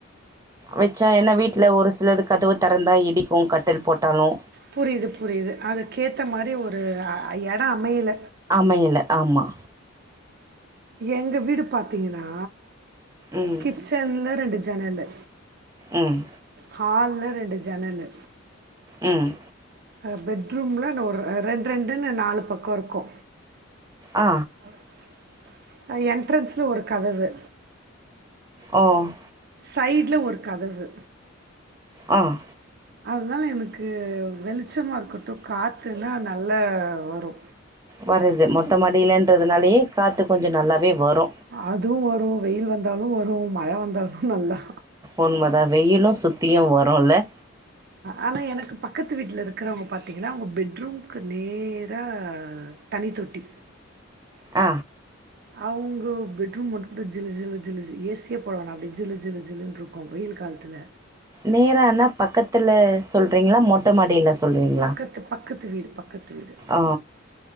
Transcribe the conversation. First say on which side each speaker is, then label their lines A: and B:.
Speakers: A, on the right; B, on the right.
A: வெச்சா ஏனா வீட்ல ஒரு சிலது கதவு தெறந்தா இடிக்கு கட்டில் போட்டாலு
B: புரிது புரிது அதுக்கேத்த மாரி ஒரு அ இடோ அமையல
A: அமையல ஆமா
B: எங்க வீடு பாத்தீங்கன்னா
A: ம்
B: கிச்சன்ல ரெண்டு ஜனலு
A: ம்
B: ஹால்ல ரெண்டு ஜனலு
A: ம்
B: அ பெட்ரூம்ல ந ஒரு ரெண்டு ரெண்டுன்னு நாலு பக்கோ இருக்கு
A: ஆ
B: <inaudible> அ என்ட்ரன்ஸ்ல ஒரு கதவு
A: ம்
B: சைட்ல ஒரு கதவு
A: ம்
B: அதனால எனக்கு வெளிச்சமா இருக்கட்டு காத்துன்னா நல்லா வரு
A: வருது மொட்ட மாடியலன்றதுனாலயே காத்து கொஞ்சோ நல்லாவே வரு
B: அதுவு வரு வெயில் வந்தாலு வரு மழ வந்தாலு நல்லா
A: உண்மதா வெயிலு சுத்தியு வருல
B: ஆனா எனக்கு பக்கத்து வீட்ல இருக்கிறவங்க பாத்திங்கன்னா அவுங்க பெட்ரூம்கு நேரா தண்ணி தொட்டி
A: அ
B: அவுங்க பெட்ரூம் மட்டு கூட ஜிலு ஜிலு ஜிலுனு ஏசியே போடவேனா அப்டியே ஜிலு ஜிலு ஜிலுனு இருக்கு வெயில் காலத்துல
A: நேரனா பக்கத்துல சொல்றீங்களா மொட்ட மாடியில சொல்றீங்களா
B: பக்கத்து பக்கத்து வீடு பக்கத்து வீடு
A: ஆ